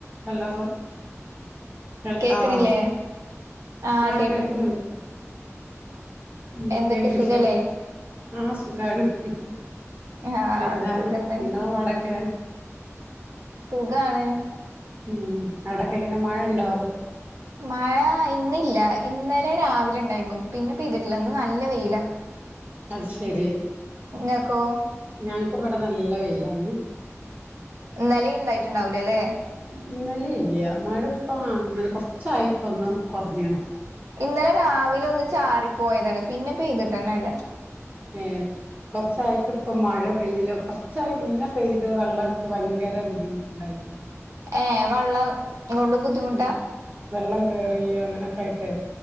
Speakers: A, on the right; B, on the right.
A: Hello. കേൾക്കാവോ
B: കേക്കണില്ലേ ആഹ്
A: ആ
B: കേക്കണ്
A: കേൾക്കുന്നുണ്ട്. എന്തൊക്കെണ്ട്
B: എന്തൊക്കെ സുഖല്ലേ
A: വിശേഷം ആ സുഖാണ്. ഹഹ
B: ആഹ്
A: എന്താണ്
B: സുഖം തന്നെ
A: നിങ്ങളെ പാടൊക്കെ?
B: സുകാണ്.
A: ഉം അവിടൊക്കെ എങ്ങനെ മഴ ഉണ്ടോ?
B: മഴ ഇന്നില്ല ഇന്നലെ രാവിലെ ഉണ്ടായിന്നു. പിന്നെ പെയ്തിട്ടില്ല. ഇന്ന് നല്ല വെയിലാ.
A: അത് ശരി
B: ഇങ്ങക്കോ
A: ഞാൻ ഇവടെ നല്ല വെയിലാന്ന്.
B: ഇന്നലെണ്ടായിട്ടുണ്ടാവൂല ലെ
A: ഇന്നലില്ല മഴ ഇപ്പം ഇങ്ങനെ കുറച്ചായി ഇപ്പ ഒന്ന് കുറഞ്ഞ്ണ്.
B: ഇന്നലെ രാവിലെ ഒന്ന് ചാറിപ്പോയതാണ് പിന്നെ പെയ്തിട്ടന്നല്ല.
A: <unintelligible> കുറച്ചായിട്ട് ഇപ്പ മഴ പെയ്ല്ല. കുറച്ചായി മുന്നേ പെയ്ത് വെള്ളം എടുക്ക് ഭയങ്കര ബുദ്ധിമുട്ടുണ്ടായിരുന്നു.
B: ഏ വെള്ളം കൊണ്ട് ബുദ്ധിമുട്ടാ
A: ഉം വെള്ളം കേറി അങ്ങനെയൊക്കെ ആയിട്ടേ